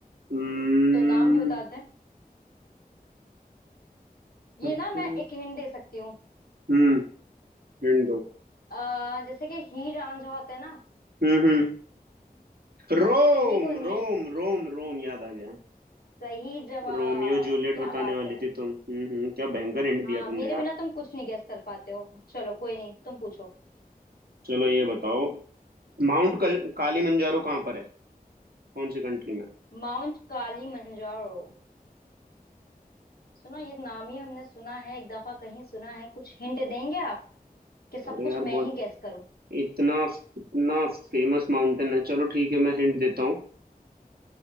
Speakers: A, on the right; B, on the left.
A: हम्म
B: तो नाम भी बता दें
A: सबसे
B: ये ना मैं एक हिंट दे सकती हूँ
A: हम्म हिंट दो
B: अ, जैसे कि ही रांझा होता है ना
A: हम्म हम्म
B: तो
A: रोम
B: इन्हीं को इंग्लिश
A: रोम रोम रोम याद आ गया
B: सही जवाब
A: रोमियो जूलियट
B: क्या
A: बताने
B: बात
A: वाली
B: है
A: थी तुम हम्म हम्म क्या भयंकर हिंट
B: हाँ
A: दिया
B: मेरे
A: तुमने
B: बिना तुम कुछ नहीं गैस कर पाते हो चलो कोई नहीं तुम पूछो
A: चलो ये बताओ माउंट कल, काली मंजारो कहाँ पर है कौन सी कंट्री में
B: माउंट काली मंजारो सुनो ये नाम ही हमने सुना है एक दफा कहीं सुना है कुछ हिंट देंगे आप कि सब
A: अरे
B: कुछ
A: यार
B: मैं
A: बहुत
B: ही गैस करूं
A: इतना इतना फेमस माउंटेन है चलो ठीक है मैं हिंट देता हूँ